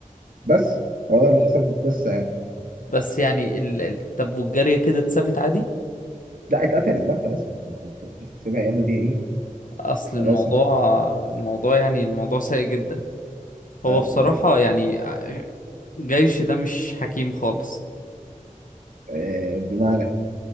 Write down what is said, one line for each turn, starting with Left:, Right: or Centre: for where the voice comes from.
Right: بس هو ده اللي حصل في القصه يعني
Left: بس يعني ال... ال... طب والجارية كده اتثبت عادي
Right: لا اتقتلت بقى خلاص يعني انت سيبها يعمل بيها ايه
Left: اصل الموضوع
Right: خلاص يعني.
Left: الموضوع يعني الموضوع سيء جدا هو
Right: آه،
Left: بصراحة يعني آه، جيش ده مش حكيم خالص
Right: آه، بمعنى